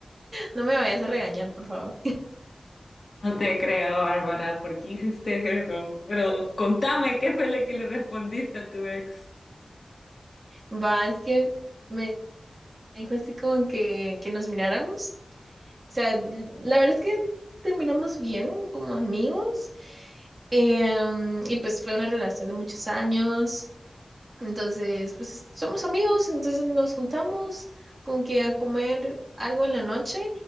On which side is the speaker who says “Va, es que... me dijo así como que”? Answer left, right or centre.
Right